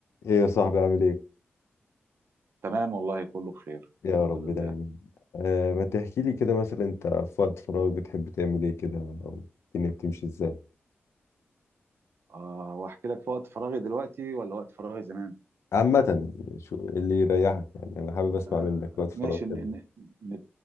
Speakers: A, on the left; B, on the right.
A: ايه يا صاحبي عامل ايه
B: تمام والله كله بخير
A: يا
B: الحمد
A: رب
B: لله
A: دايما آه ما تحكي لي كده مثلا انت في وقت فراغ بتحب تعمل ايه كده او الدنيا بتمشي ازاي
B: آه واحكي لك في وقت فراغي دلوقتي ولا وقت فراغي زمان
A: عامة شو اللي يريحك يعني انا حابب اسمع
B: آه
A: منك وقت فراغ
B: ماشي
A: بتعمل
B: ن-
A: إيه.
B: ن- ن-